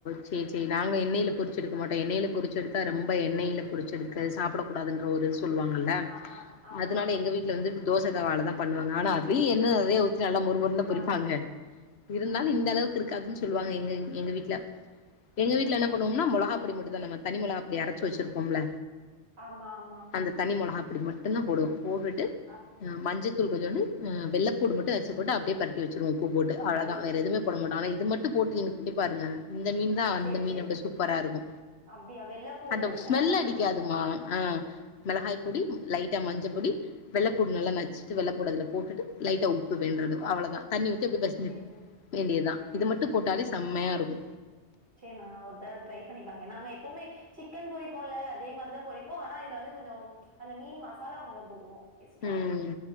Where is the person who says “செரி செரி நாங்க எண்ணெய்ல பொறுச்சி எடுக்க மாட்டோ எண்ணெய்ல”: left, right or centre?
Left